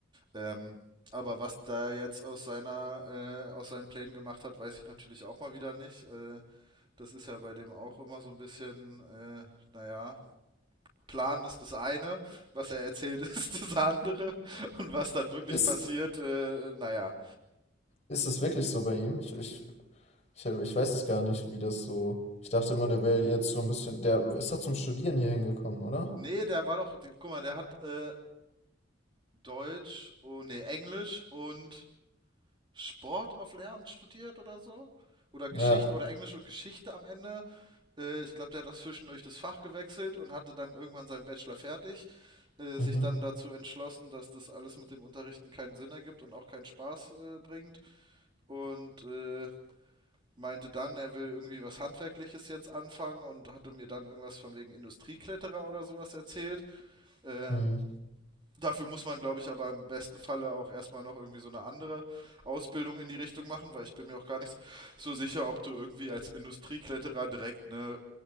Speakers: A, on the right; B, on the left.
A: Ähm, aber was da jetzt aus seiner, äh, aus seinen Plänen gemacht hat, weiß ich natürlich auch mal wieder nicht. Äh, das ist ja bei dem auch immer so ein bisschen, äh, naja, Plan ist das eine, was er erzählt <laughs> ist das andere und was dann wirklich
B: Ist,
A: passiert, äh, naja.
B: ist es wirklich so bei ihm? Ich, ich, ich, ich weiß es gar nicht, wie das so. Ich dachte immer, der wäre jetzt so ein bisschen. Der ist doch zum Studieren hier hingekommen, oder?
A: Nee, der war doch, guck mal, der hat äh, Deutsch, oh, nee, Englisch und Sport auf Lehramt studiert oder so. Oder Geschichte
B: Ja.
A: oder Englisch und Geschichte am Ende. Äh, ich glaube, der hat das zwischendurch das Fach gewechselt und hatte dann irgendwann seinen Bachelor fertig. Äh,
B: Mhm.
A: sich dann dazu entschlossen, dass das alles mit dem Unterrichten keinen Sinn ergibt und auch keinen Spaß äh, bringt. Und äh, meinte dann, er will irgendwie was Handwerkliches jetzt anfangen und hatte mir dann irgendwas von wegen Industriekletterer oder sowas erzählt. Äh,
B: Mhm.
A: dafür muss man, glaube ich, aber im besten Falle auch erstmal noch irgendwie so eine andere Ausbildung in die Richtung machen, weil ich bin mir auch gar nicht so sicher, ob du irgendwie als Industriekletterer direkt eine